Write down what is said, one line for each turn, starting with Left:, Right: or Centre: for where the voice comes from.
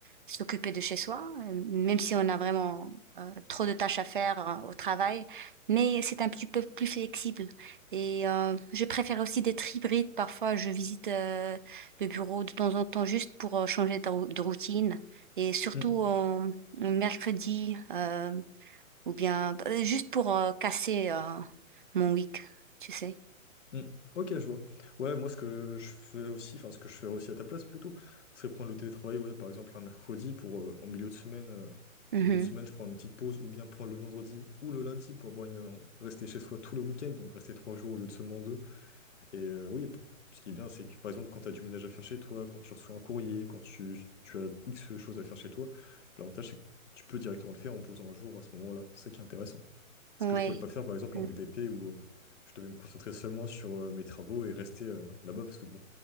Right: s'occuper de chez soi, euh, même si on a vraiment euh, trop de tâches à faire euh, au travail. Mais c'est un petit peu plus flexible. Et euh, je préfère aussi d'être hybride. Parfois, je visite euh, le bureau de temps en temps juste pour euh, changer de rou- de routine. Et surtout
Left: Hmm,
Right: en en mercredi, euh, ou bien euh, juste pour euh, casser euh, mon week, tu sais.
Left: hmm. Ok, je vois. Ouais, moi, ce que je fais aussi, enfin, ce que je ferais aussi à ta place plutôt, c'est prendre le télétravail, ouais, par exemple, un mercredi pour euh, en milieu de semaine. euh,
Right: Mhm.
Left: en milieu de semaine, je prends une petite pause ou bien prendre le vendredi ou le lundi pour avoir une, euh, rester chez soi tout le week-end, donc rester trois jours au lieu de seulement deux. Et euh, oui, ce qui est bien, c'est que par exemple, quand tu as du ménage à faire chez toi, quand tu reçois un courrier, quand tu, tu as X choses à faire chez toi, l'avantage, c'est que tu peux directement le faire en posant un jour à ce moment-là. C'est ça qui est intéressant. Ce
Right: Ouais.
Left: que je pouvais pas faire, par exemple,
Right: Mm.
Left: en BDP, où euh, je devais me concentrer seulement sur euh, mes travaux et rester euh, là-bas, parce que bon,